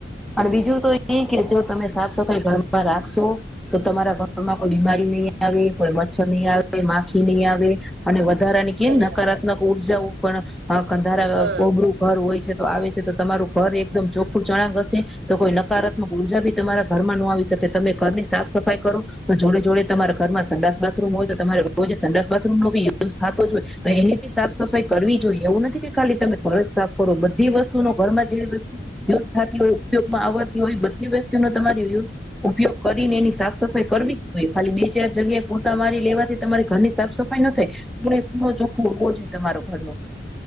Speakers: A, in the centre; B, on the right.
A: અને બીજું તો એ કે જો તમે સાફ સફાઈ ઘરમાં રાખશો તો તમારા ઘરમાં કોઈ બીમારી નહી આવે કોઈ મચ્છર નહી આવે માખી નહી આવે અને વધારા ની કે
B: કરી
A: નકારાત્મક
B: વાત
A: ઉર્જાઓ. કો <unintelligible> હા કંધારા
B: હા
A: કોબળું ઘર હોય છે. તો આવે છે તો તમારું ઘર એકદમ ચોખ્ખું ચણાક હશે. તો કોઈ નકારાત્મક ઉર્જા બી તમારા ઘરમાં ન આવી શકેત. તમે ઘરની સાફ સફાઈ કરો. તો જોડે જોડે તમારા ઘરમાં સંડાસ-બાથરૂમ હોય તો, તમારે રોજ સંડાસ-બાથરૂમ નો બી યુઝ થતો જ હોય. તો, એની બી સાફ સફાઈ કરવી જોઈએ. એવું નથી કે, ખાલી તમે ઘરજ સાફ કરો બધી વસ્તુ નો ઘરમાં જે વસ્તુ યુઝ થતી હોય ઉપયોગમાં આવતી હોય, બધી વ્યક્તિનો તમારે યુઝ ઉપયોગ કરીને એની સાફ સફાઈ કરવી જ જોઈએ. ખાલી બે ચાર જગ્યાએ પોતા મારી લેવાથી તમારી ઘરની સાફ સફાઈ ન થાય. ખૂણેખૂણો ચોખ્ખો હોવો જોઈએ તમારો ઘરનો.